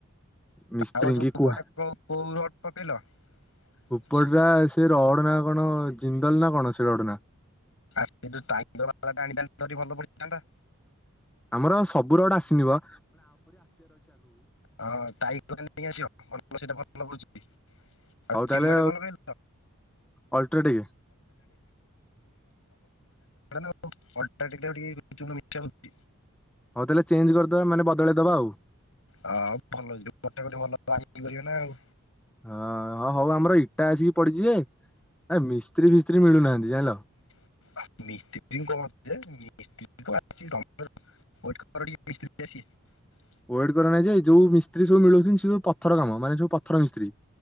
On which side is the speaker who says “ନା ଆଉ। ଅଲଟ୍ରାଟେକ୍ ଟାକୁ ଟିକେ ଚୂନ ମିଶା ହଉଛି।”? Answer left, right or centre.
Left